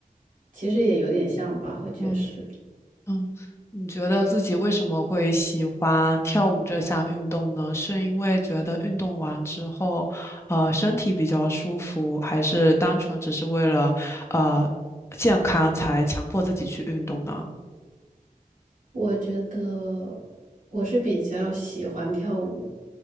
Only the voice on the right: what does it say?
其实也有点像吧，和爵士。
我觉得我是比较喜欢跳舞，